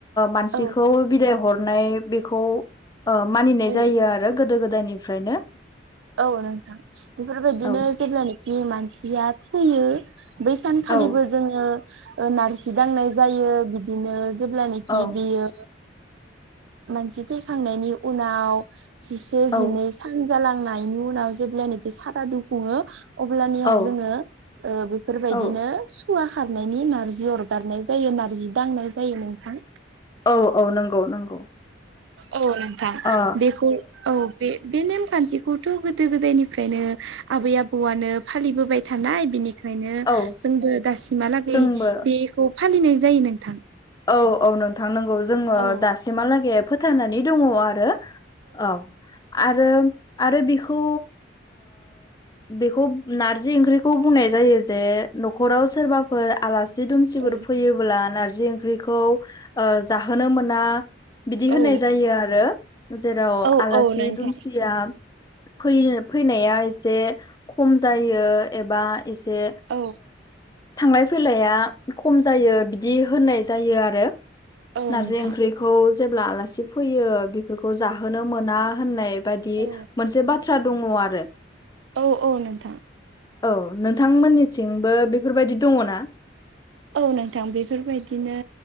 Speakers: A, on the left; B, on the right.
A: मानसिखौ
B: औ
A: बिदाय हरनाय बेखौ मानिनाय
B: औ
A: जायो आरो आरो गोदो गोदायनिफ्रायनो
B: औ नोंथां बेफोरबायदिनो
A: औ
B: जेब्लानाखि मानसिया थैयो बै सानखालिबो
A: औ
B: जोङो नारजि दांनाय जायो बिदिनो ओ जेब्लानाखि
A: औ
B: बेयो मानसि थैखांनायनि उनाव जिसे
A: औ
B: जिनै सान जालांनायनि उनाव जेब्लानखि सारा दुखुङो अब्लानिया
A: औ
B: जोङो बेफोरबायदिनो
A: औ
B: खुवा खारनायनि नारजि अरगारनाय जायो नारजि दांनाय जायो नोंथां
A: औ औ नंगौ नंगौ
B: औ नोंथां
A: ओ
B: बेखौ औ बे बे नेमखान्थिखौथ' गोदो गोदायनिफ्रायनो आबै आबौआनो फालिबोबाय थानाय बिनिखाय ओंखायनो
A: औ
B: जोंबो दासिमहालागै
A: जोंबो
B: बेखौ फालिनाय जायो नोंथां
A: औ औ नोंथां नंगौ जोङो
B: औ
A: दासिमहालागै फोथायांनानै दङ आरो औ आरो आरो बेखौ बेखौ नारजि ओंख्रिखौ बुंनाय जायो जे न'खराव सोरबा फोर आलासि दुमसिफोर
B: औ
A: फैयोब्ला नारजि ओंख्रिखौ जाहोनो मोना बिदि होनाय
B: औ
A: जायो आरो जेराव
B: औ
A: आलासि
B: औ नोंथां
A: दुमसिया फै फैनाया एसे खम जायो एबा एसे
B: औ।
A: थांलाय फैलाया खम जायो बिदि होननाय जायो आरो
B: औ
A: नारजि
B: नोंथां
A: ओंख्रिखौ खौ जेब्ला आलासि फैयो बेफोरखौ जाहोनो मोना होननाय बाददि
B: औ
A: मोनसे बाथ्रा दङ आरो
B: औ औ नोंथां
A: औ नोंथांमोननिथिंबो बेफोरबायदि दङ ना
B: औ नोंथां बेफोरबायदिनो